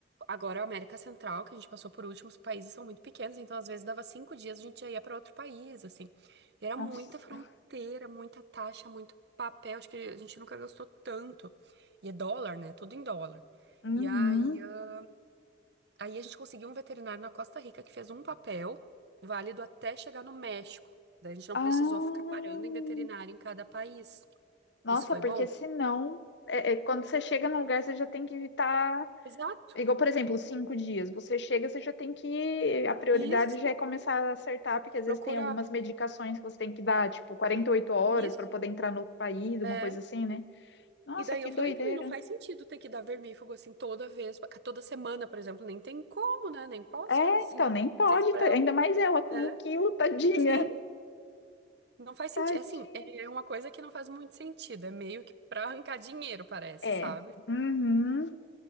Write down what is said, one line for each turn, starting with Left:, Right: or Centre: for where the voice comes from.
Right: Agora, a América Central, que a gente passou por último, os países são muito pequenos, então às vezes dava cinco dias, a gente já ia para outro país, assim. E era
Left: Nossa.
Right: muita fronteira, muita taxa, muito papel, acho que a gente nunca gastou tanto. E é dólar, né? Tudo em dólar.
Left: Uhum.
Right: E aí, ah, aí a gente conseguiu um veterinário na Costa Rica que fez um papel válido até chegar no México. Daí a gente não
Left: Ah,
Right: precisou ficar parando em veterinário em cada país.
Left: nossa,
Right: Isso foi
Left: porque
Right: bom?
Left: senão, é, é, quando você chega num lugar, você já tem que evitar.
Right: Exato.
Left: Igual, por exemplo, cinco dias. Você chega, você já tem que. A prioridade
Right: Isso.
Left: já é começar a acertar, porque às
Right: Procurar.
Left: vezes tem algumas medicações que você tem que dar, tipo, quarenta e oito horas
Right: Isso.
Left: para poder entrar no outro país, uma
Right: é
Left: coisa assim, né? Nossa,
Right: E daí
Left: que
Right: eu
Left: doideira.
Right: falei também, não faz sentido ter que dar vermífugo assim toda vez, toda semana, por exemplo, nem tem como, né? Nem posso
Left: É,
Right: fazer
Left: então,
Right: assim,
Left: nem pode,
Right: fazer isso pra
Left: tá-
Right: ela,
Left: ainda mais ela com
Right: né?
Left: um quilo, tadinha.
Right: Sim,
Left: <laughs>
Right: não faz sentido.
Left: Tadinha.
Right: Assim, é é uma coisa que não faz muito sentido. É meio que pra arrancar dinheiro, parece,
Left: É.
Right: sabe?
Left: Uhum,